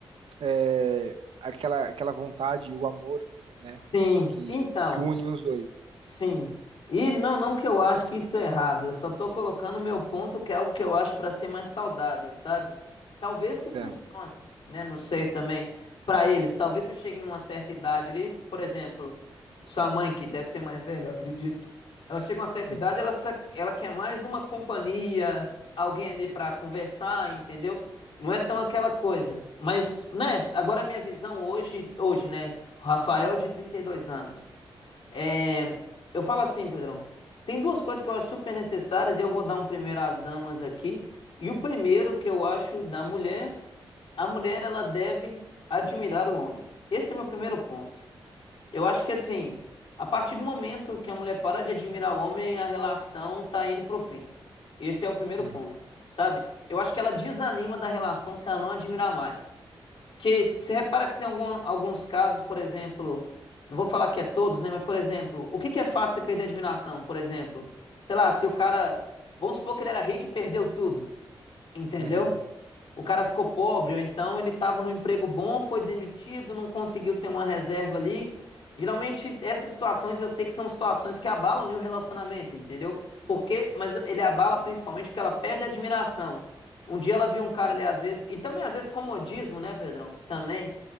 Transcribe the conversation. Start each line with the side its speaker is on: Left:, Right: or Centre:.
Right: é, aquela, aquela vontade e o amor, né,
Left: sim.
Right: que,
Left: Então.
Right: que une os dois.
Left: Sim. E não, não que eu acho que isso é errado, eu só tô colocando o meu ponto que é algo que eu acho para ser mais saudável, sabe? Talvez isso
Right: Certo.
Left: funcione, né? Não sei também para eles. Talvez você chegue numa certa idade ali, por exemplo, sua mãe que deve ser mais velha, eu acredito. Ela chega a uma certa
Right: Uhum,
Left: idade, ela sa- ela quer mais uma companhia, alguém ali para conversar, entendeu? Não é tão aquela coisa. Mas, né, agora a minha visão hoje, hoje, né, O Rafael é de 32 anos. É, eu falo assim, Pedrão. Tem duas coisas que eu acho super necessárias. e Eu vou dar um primeiro às damas aqui. E o primeiro que eu acho da mulher, a mulher ela deve admirar o homem. Esse é meu primeiro ponto. Eu acho que assim, a partir do momento que a mulher para de admirar o homem, a relação tá indo pro fim. Esse é o primeiro
Right: uhum,
Left: ponto, sabe? Eu acho que ela desanima da relação se ela não admirar mais que você repara que tem algum- alguns casos, por exemplo, não vou falar que é todos, né? Mas, por exemplo, o que que é fácil você perder a admiração? Por exemplo, sei lá, se o cara, vamos supor que ele era rico e perdeu tudo, entendeu?
Right: uhum.
Left: O cara ficou pobre, ou então ele estava num emprego bom, foi demitido, não conseguiu ter uma reserva ali. Geralmente, essas situações eu sei que são situações que abalam ali o relacionamento, entendeu? Porque, mas ele abala principalmente porque ela perde a admiração. Um dia ela viu um cara ali, às vezes, e também às vezes comodismo, né, Pedrão? Também.